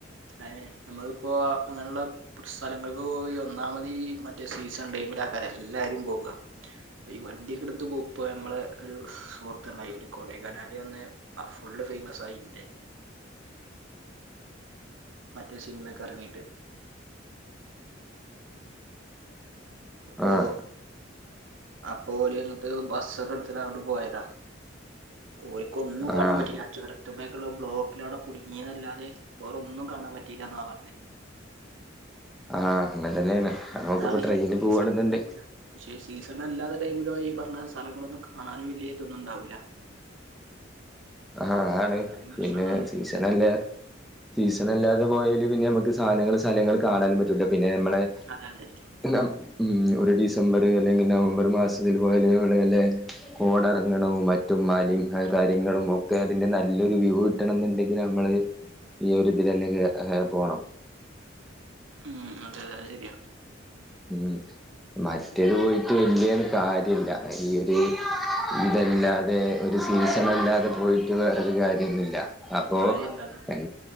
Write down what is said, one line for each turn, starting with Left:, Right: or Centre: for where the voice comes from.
Right: അതെ നമ്മളിപ്പോ അങ്ങനുള്ള ഇപ്പം ഒരു സ്ഥലങ്ങൾക്ക് പോ ഒന്നാമതി മറ്റേ സീസൺ ടൈമിലാ ആക്കാര് എല്ലാരും പോക ഈ വണ്ടിയൊക്കെ എടുത്ത് പോകപ്പോയ നമ്മടെ ഒരു സുഹൃ ത്തുണ്ടായി ഒരു കൊടേകനാലിൽ വന്ന് ഫുള്ള് ഫേമസ് ആയി ഇന്റെ മറ്റേ സിനിമയൊക്ക ഇറങ്ങിയിട്ട് അപ്പോ
Centre: ആഹ്
Right: അപ്പോ ഓള് ങ്ങട്ട് ബസ്സൊക്കെ എടുത്തിട്ട് അങ്ങോട്ട് പോയതാ ഓല് ക്കൊന്നും കാണാൻ
Centre: ആഹ്
Right: പറ്റില്ല ചൊരത്തു മെ കുള്ള ബ്ലോക്ക് ലവിടെ കുടുങ്ങിയതല്ലാതെ വേറൊന്നും കാണാൻ പറ്റയില്ല എന്നാ പറഞ്ഞ
Centre: ആഹ് അങ്ങനെ തന്നെയാണ് നമ്മക്ക്
Right: അതാണ്
Centre: ഇപ്പോ ട്രെയിനിൽ
Right: ഈ സീസൺ
Centre: പോകുവാണെന്നുണ്ട
Right: ടൈമില് പോലും പക്ഷെ സീസൺല്ലാത്ത ടൈമിലോ ഈ പറഞ്ഞ സ്ഥലങ്ങളൊന്നും കാണാനും വലിയ ഇതൊന്നും ഉണ്ടാവൂല
Centre: ആഹ് ആഹണ്
Right: അങ്ങനെയും പ്രശ്നങ്ങളുണ്ട്
Centre: പിന്നെ സീസൺ അല്ലേ സീസൺ അല്ലാതെ പോയല് പിന്നെ നമ്മുക്ക് സാധങ്ങള്, സ്ഥലങ്ങള്, കാണാനും പറ്റൂല്ല പിന്നെ നമ്മളെ
Right: അതെ അതെ
Centre: ഉം ഒരു ഡിസംബർ അല്ലെങ്കിൽ നവംബർ മാസത്തിൽ പോയാൽ അല്ലേ കോട ഇറങ്ങണവും മറ്റും മലെ
Right: ഉം
Centre: കാര്യങ്ങളും ഒക് കെ അതിന്റെ നല്ലൊരു വ്യൂ കിട്ടണം എന്നുണ്ടെങ്കിൽ നമ്മള് ഈ ഒരു ഇതിൽ തന്നെ കേറ പോണം.
Right: ഉം അതെ അതെ ശരിയാ.
Centre: ഉം മറ്റേത് പോയിട്ട് വല്യ ഒരു കാര്യമില്ല ഇ ഒര് ഇതല്ലാതെ ഒരു സീസൺ അല്ലാതെ പോയിട്ട് വേറൊരു കാര്യം ഇല്ല അപ്പോ
Right: കാര്യമില്ല അതാണ്
Centre: എ